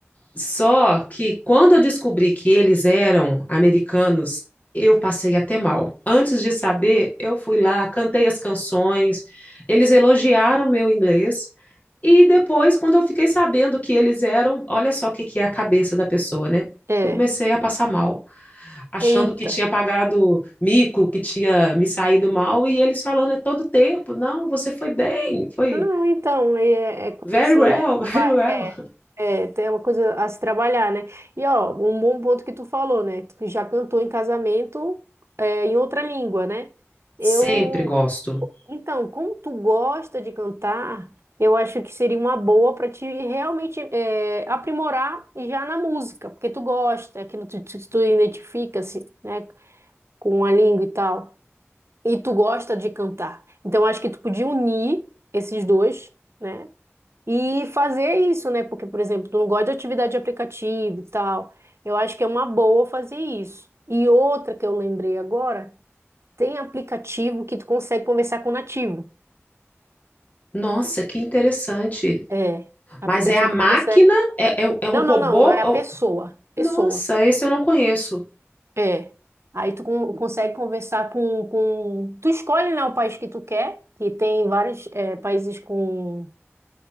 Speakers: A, on the left; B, on the right.
A: Só que quando eu descobri que eles eram americanos, eu passei até mal. Antes de saber, eu fui lá, cantei as canções, eles elogiaram meu inglês. E depois, quando eu fiquei sabendo que eles eram, olha só o que que é a cabeça da pessoa, né?
B: É,
A: Eu comecei a passar mal, achando
B: eita.
A: que tinha pagado mico, que tinha me saído mal, e eles falando é todo tempo, não, você foi bem, foi
B: Não, então, é, é coisa
A: very
B: assim,
A: well,
B: é,
A: <laughs>
B: traba-
A: very well.
B: é, é, tem uma coisa a se trabalhar, né? E, ó, um bom ponto que tu falou, né? Tu já cantou em casamento, é, em outra língua, né? Eu,
A: Sempre gosto.
B: então, como tu gosta de cantar, eu acho que seria uma boa para te realmente é, aprimorar já na música, porque tu gosta, aquilo que tu, tu identifica, assim, né? Com a língua e tal e tu gosta de cantar. Então acho que tu podia unir esses dois, né? E fazer isso, né? Porque, por exemplo, tu não gosta de atividade de aplicativo e tal. Eu acho que é uma boa fazer isso. E outra que eu lembrei agora, tem aplicativo que tu consegue conversar com o nativo.
A: Nossa, que interessante.
B: É, aplicativo
A: Mas é a máquina?
B: que tu consegue.
A: É, é, é um
B: Não,
A: robô?
B: não, não, é a
A: Ou-
B: pessoa. Pessoa.
A: Nossa, esse eu não conheço.
B: É. Aí tu con- consegue conversar com, com. Tu escolhe, né, o país que tu quer, que tem vários eh, países com